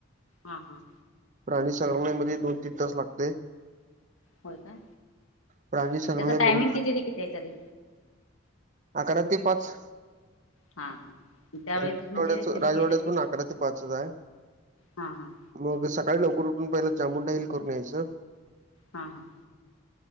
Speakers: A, on the left (about 80°); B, on the right (about 35°).
A: हां हां.
B: प्राणी सग मध्ये दोन तीन तास लागते.
A: होय का
B: प्राणी संग्रहालय
A: त्याचा टायमिंग
B: बघून
A: कितीरी किती आहेच्यारी
B: अकरा ते पाच
A: हां हां त्यावेळेस
B: आणिवाड्याच
A: म्हणजे तिथे
B: राजवाड्याच
A: गेलं
B: पण
A: की
B: अकरा ते पाचच आहे.
A: हां हां
B: मग सकाळी लवकर उठून पहिला चामुंडाईल करून यायचं.
A: हा हा.